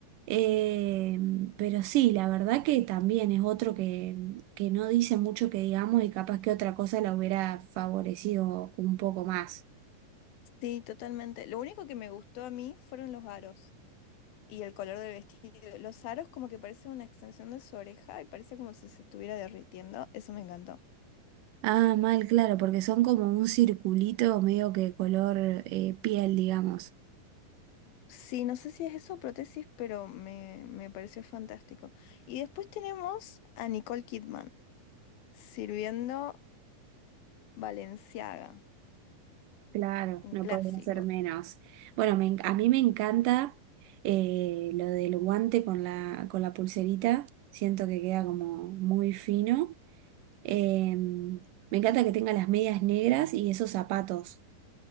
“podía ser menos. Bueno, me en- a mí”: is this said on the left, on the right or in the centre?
Right